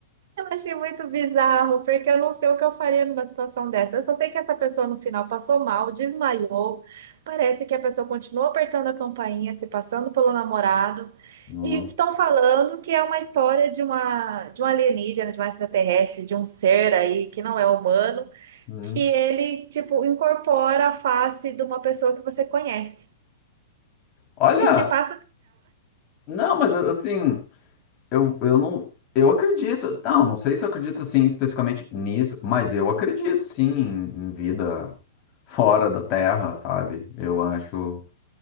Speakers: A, on the right; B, on the left.
A: Eu achei muito bizarro, porque eu não sei o que eu faria numa situação dessa. Eu só sei que essa pessoa no final passou mal, desmaiou. Parece que a pessoa continuou apertando a campainha, se passando pelo namorado.
B: Hum,
A: E estão falando que é uma história de uma, de um alienígena, de um extraterrestre, de um ser aí que não é humano,
B: hum.
A: que ele, tipo, incorpora a face de uma pessoa que você conhece.
B: Olha,
A: E se passa,
B: não, mas assim, eu, eu não, eu acredito. Não, não sei se eu acredito assim especificamente nisso, mas eu acredito sim em, em vida fora da Terra, sabe? Eu acho,